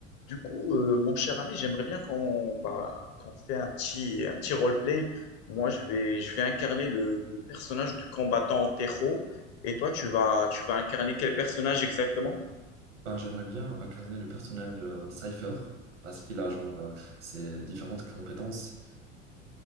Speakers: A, on the left; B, on the right.
A: Du coup, euh, mon cher ami, j'aimerais bien qu'on bah, qu'on fait un petit, un petit roleplay. Moi, je vais, je vais incarner le, le personnage du combattant Tero. Et toi, tu vas, tu vas incarner quel personnage exactement?
B: Ben, j'aimerais bien incarner le personnage euh, Cypher parce qu'il a genre euh, ses différentes compétences.